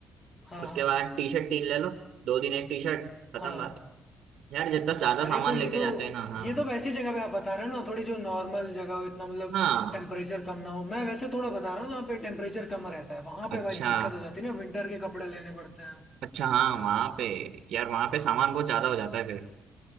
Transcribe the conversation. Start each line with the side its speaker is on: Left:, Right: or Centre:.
Left: हाँ
Right: उसके
Left: हाँ
Right: बाद टी शर्ट तीन ले लो दो दिन एक टी शर्ट खत्म
Left: हाँ
Right: बात यार जितना ज्यादा
Left: अरे
Right: सामान
Left: तो ये
Right: लेके
Left: तो
Right: जाते हैं ना हाँ
Left: ये तो वैसी जगह पे आप बता रहे हो ना थोड़ी जो नॉर्मल जगह हो इतना मतलब
Right: हाँ
Left: टेम्परेचर कम ना हो मैं वैसे थोड़ा बता रहा हूँ जहाँ पे टेम्परेचर कम रहता है वहां
Right: अच्छा
Left: पे भाई दिक्कत हो जाती है ना विंटर के कपड़े लेने पड़ते हैं
Right: अच्छा हाँ वहाँ पे यार वहाँ पे सामान बहुत ज्यादा हो जाता है फिर